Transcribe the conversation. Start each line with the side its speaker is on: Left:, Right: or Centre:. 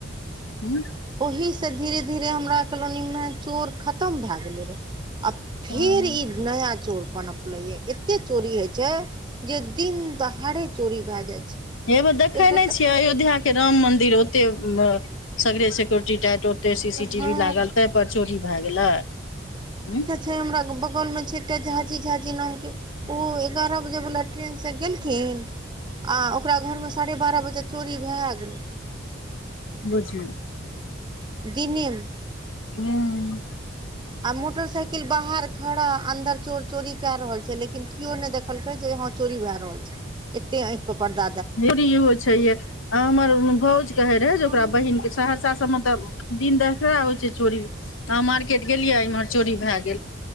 Left: हूं।
Right: ओहिसे धीरे धीरे हमरा कॉलोनी में चोर खतम भए गेलै रहे। आ फेर
Left: हँ
Right: ई नया चोर पनपलै य एत्ते चोरी होय छैय जे दिन दहारे चोरी भए जाइ छै
Left: हे बै देखै
Right: एक गोटा
Left: नहि छियै अयोध्या के राम मंदिर ओते सगरे सिक्योरिटी टाइट ओते सी सी टीवी
Right: हँ
Left: लागल ताहि पर चोरी भए गेलै हूं।
Right: छैय हमरा बगल में छैय एकटा झाजी झाजी नाम के। उ एगारह बजेवला ट्रेनसँ गेलखिन आ ओकरा घरमे साढ़े बारह बजे चोरी भए गेलै।
Left: बुझू
Right: दिने मे।
Left: हूँ
Right: आ मोटरसाइकिल बाहर खड़ा अन्दर चोर चोरी कै रहल छै लेकिन केओ नहि देखलकै जे चोरी भए रहल छै एते आंखि पर परदा
Left: चोरी होई छै ये आ हमर भौज कहे रहे जे
Right: हूँ
Left: ओकरा बहिन के सहरसा सब मे तऽ दिन देखड़ा होइ छै चोरी अहां मार खेत गेलियै इम्हर चोरी भय गेल